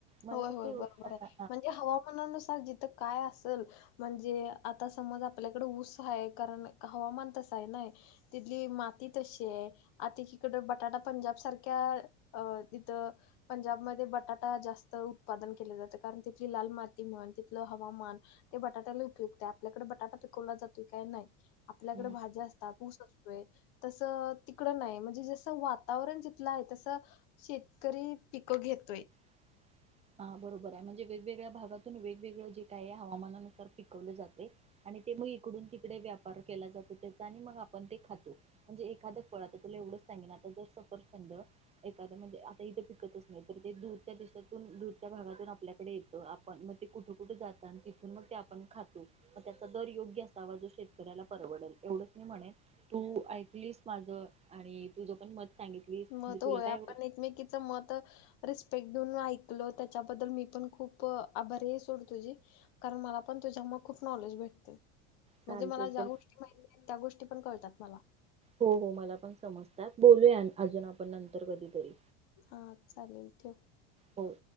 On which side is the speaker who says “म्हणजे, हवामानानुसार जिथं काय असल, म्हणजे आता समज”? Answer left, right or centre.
Left